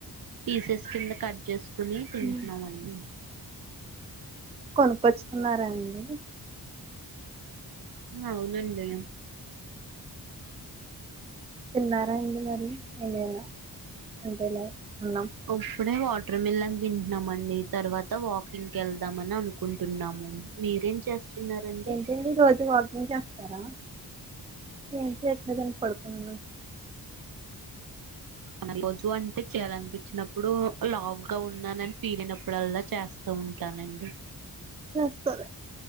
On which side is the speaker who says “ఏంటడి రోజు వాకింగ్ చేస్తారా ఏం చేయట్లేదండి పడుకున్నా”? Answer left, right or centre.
Right